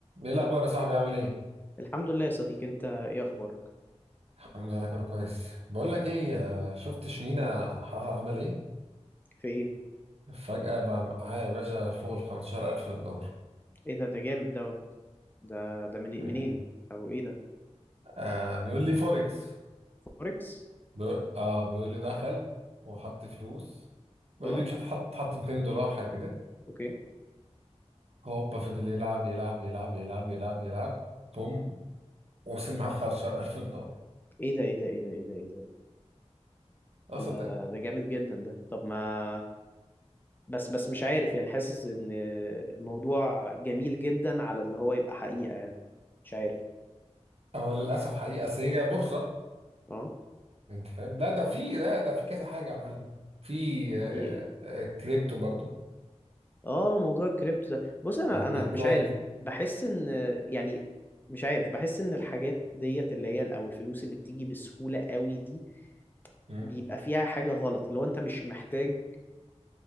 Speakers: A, on the right (about 60°); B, on the left (about 15°).
A: ايه الاخبار يا صاحبي عامل ايه
B: الحمد لله يا صديقي انت ايه اخبارك
A: الحمد لله كله كويس بقول لك ايه آه، شفت شمينا حها عمل ايه
B: في ايه
A: فجأة بقى معايا يا باشا فوق ال 15000 دولار
B: ايه ده ده جامد دوت ده ده من
A: مم.
B: منين او ايه ده
A: آه بيقول لي فوركس
B: فوركس
A: بيقول اه بيقول لي دخل وحط فلوس بيقول
B: اه
A: لي مش هتحط حط 200 دولار حاجه كده
B: اوكي
A: هوبا فضل يلعب يلعب يلعب يلعب يلعب يلعب بوم وصل مع 15000 دولار
B: ايه ده ايه ده ايه ده ايه ده ايه ده
A: اصلا
B: لا
A: ده
B: ده جامد جدا ده طب ما بس بس مش عارف يعني حاسس ان الموضوع جميل جدا على ان هو يبقى حقيقة يعني مش عارف
A: هو للاسف حقيقه أصل هي بورصه
B: اه
A: انت فاهم لا ده في لا ده في كذا حاجه يا معلم في آه،
B: في ايه
A: آه، آه، كريبتو برضو
B: اه موضوع الكريبتو ده بص انا
A: البيتكوين
B: انا مش عارف بحس ان يعني مش عارف بحس ان الحاجات ديت اللي هي او الفلوس اللي بتيجي بسهولة قوي دي
A: مم.
B: بيبقى فيها حاجة غلط اللي هو انت مش محتاج